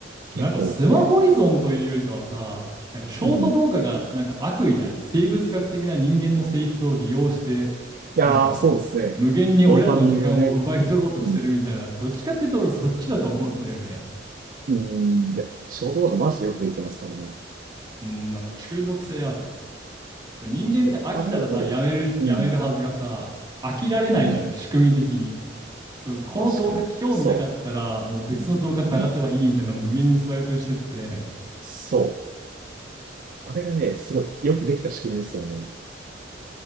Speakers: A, on the right (about 50°); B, on the right (about 25°).
A: 結構多くて。
B: なんかスマホ依存というよりかはさ、なんかショート動画がなんか悪意ない、
A: うん。
B: 生物学的な人間の性質を利用して、
A: いやー、
B: なんか、
A: そうですね。
B: 無限に俺らの時間を奪い取ろうとしてるみたいな、
A: ドーパミンをね、うん。
B: どっちかっていうと俺そっちだと思うんだよね。
A: うん。で、衝動がマジでよくできてますからね。
B: うん、なんか中毒性ある。人間って飽きたらさ、
A: えっと、あれを、
B: やめる、
A: うん。
B: やめるはずがさ、飽きられないじゃん、
A: うん。
B: 仕組み的に。そう、この動画興味なかったら、
A: 確かに。そ
B: もう別の動画探せばいいみたいなのを無限にスワイプしてって、
A: う。うん。そう。あれがね、すごいよくできた仕組みですよね。